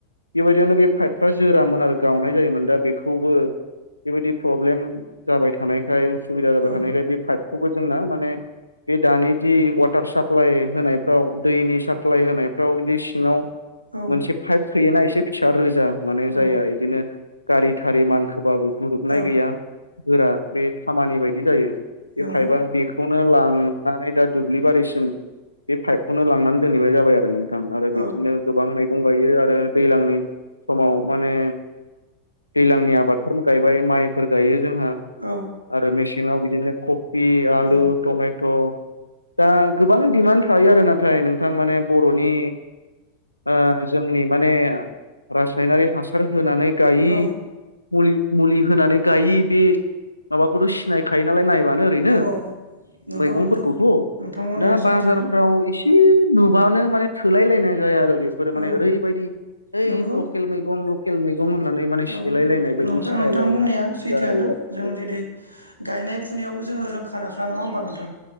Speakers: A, on the left; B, on the right.
A: बेबायदियावनो बे पाइपफ्रा जोरामोन आरो गावनाय जायोमोन दा बेखौबो बेबायदि प्रब्लेम जाबाय थानायखाय सुबिदा जाबाय
B: औ
A: थानायखाय बे पाइपखौबो जोंना माने बे दानि जि वाटार साप्लाइ होनायफ्राव दैनि साप्लाय होनायफ्राव बिदि सिङाव
B: औ
A: मोनसे पाइप थोयोना एसे फिसा रोजा माने
B: औ
A: जाया इदिनो गारि थारि मानखोबाबो ग्रुबनाय
B: औ
A: गैया गोरा बे खामानि बायदि जायो बे
B: नंगौ
A: पाइपआ बेखौ नो लांनानै दा दुब्लि बारिसिम बे पाइपखौनो लांनानै दोनहैनाय जाबाय आरो नों थां आरो
B: औ
A: बिदिनो गोबां मैगं गायो आरो दैज्लांनि समाव माने दैज्लांनि आबादफोर गायबाय माइफोर गायो जोंहा
B: औ
A: आरो मेसेंङाव बिदिनो आं कफि
B: औ
A: आलु टमेट' दा गोबां डिमान्ड थायो आरोना नाथाय नोंथां माने बर'नि ओ जोंनि माने रासायनारि हासार होनानै गायि
B: औ
A: मुलि मुलि होनानै गायि बे माबाखौथ' सिनायखायो नालाय नायबानो ओरैनो
B: औ नंगौ
A: मैगंफोरखौथ'
B: नोंथां नोंथां बुंनाया
A: दा
B: सैथोआनो
A: बाजारफ्राव इसे से नुबानो माने थोलाय लायनाय जाया आरो फोरो माने
B: औ
A: ओरैबायदि ओइ
B: नंगौ
A: लकेल मैगं लकेल मै गं होननानै माने
B: औ
A: सेलायलायनाय बायदि
B: नोंथां
A: स्टाइलाव
B: नोंथां बुंनाया सैथोआनो
A: जायो आरो
B: जों जेरै गायनाय फुनायावबो जोङो रोंखा राखा नङा होमबा नोंथां